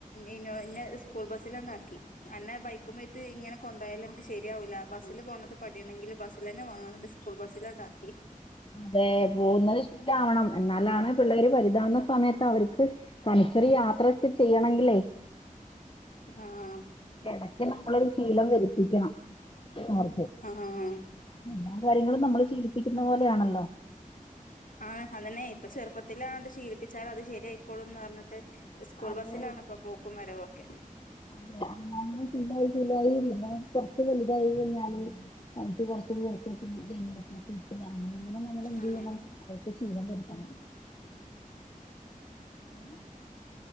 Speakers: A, on the left; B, on the left.
A: ഇോ ഇന്നെ സ്കൂൾ ബസ്സില ഉണ്ടാക്കി എന്ന്നെ ബൈക്കുമ്പേ് ഇങ്ങെ കൊണ്ട പോയാല എനിക്ക്രിയാകില്ല ബസിൽ പോണ പടിയണെങ്കിൽ ബസൽ തന്നെ പോണം ഡിസ് ബസിലാണ്ടാക്കി
B: അതെ പോകുന്നത് ഇഷ്ടാവണം വണം എന്നാലാണ് പിള്ളേര് വലുതാവുന്ന സമയത്ത് അവർക്ക് തനിച്ചൊറ യാത്രൊക്കെ ചെയ്യണെങ്കില്ലേ
A: ആഹ്
B: ഇടക്ക് നമ്മളൊരു ശീലം വരുത്തിക്കണം അവഓർക്ക്
A: ആഹ്
B: എല്ലാ കാര്യങ്ങളും നമ്മള് ശീലിപ്പിക്കുന്ന പോലെയാണല്ലോ
A: ആഹ അതന്നെ ഇപ്പൊ ചെറുപ്പത്തിലാ ശീലിപ്പിച്ചാലൽ അത് ശരിയയിക്കോളൂ എന്ന് പറഞ്ഞിട്ട് സ്കൂൾ
B: അതെെ
A: ബസ്സിലാണ് ഇപ്പൊ പോക്കും വരവൊക്കെ
B: അതെ ഞങ്ങ ശീലായി ശീല്ലായി പിന്നെ കുറച്ച് വലുതായി കഴഞ്ഞാല് എനിക്ക് കൊറച്ച് പർത്തൊക്കെ ഗക്കെ ഇട്ടനെ അങ്ങനെ നമ്മൾ എന്ത്
A: ആഹ്
B: ചെയ്യണം അവതൊക്കെ ശീരം വരുത്തണം ഉം